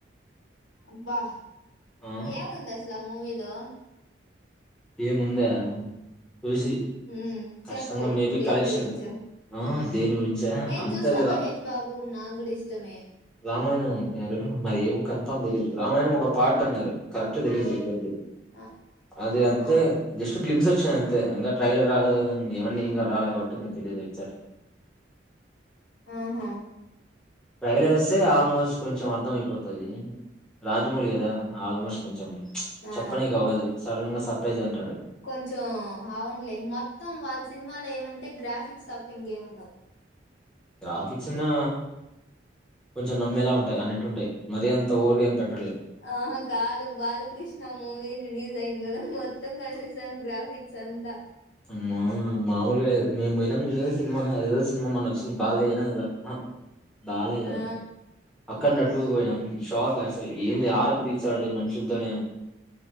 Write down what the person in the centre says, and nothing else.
ఆ
ఏముందా చూసి
ఖచ్చితంగా
మేబీ
కలెక్షన్
ఆ దేని గురించ
అంతేది
రా
రామాయణం అంటున్నారు, మరి ఏమో కన్ఫామ్ తెలీయదు రామాయణం ఒక పాట్ అన్నారు కరెక్ట్ తెలీదు ఎగ్జాక్ట్లీ
అదే
అంత దే జస్ట్ క్లిప్స్ వచ్ వచ్చయ్ అంతే ఇంక ట్రైలర్ రాల ఎవన్నీ ఇం రాల కాబట్టి ఇంక తెలీదు ఎక్సెక్ట్
ట్రెలర్ వస్తే ఆల్మోస్ట్ కొంచెం అర్థంమయిపోతది రాజమౌళి కదా ఆల్మోస్ట్ కొంచెం
చెప్పనీకి అవదు సడన్గా సప్ ప్రజెంటడు
గ్రాఫిక్స్ ఉన్నా కొంచెం నమ్మేలా ఉంటాయి అన్నిట్టు ఉంటాయి మరీ అంత ఓవరుగా ఏం పెట్ట
అమ్మా మామూలుగా లేదు మేము పోయినాం చూడు సినిమా అదేదో సినిమా మోన్న చి బాలయ్య
నో ఏదో ఆహా బాలయ్య
కాదు అ అక్కట్టుకు పోయాం షాక్ అసలు ఏంది హరర్ తీసానడు మనుషులతోనే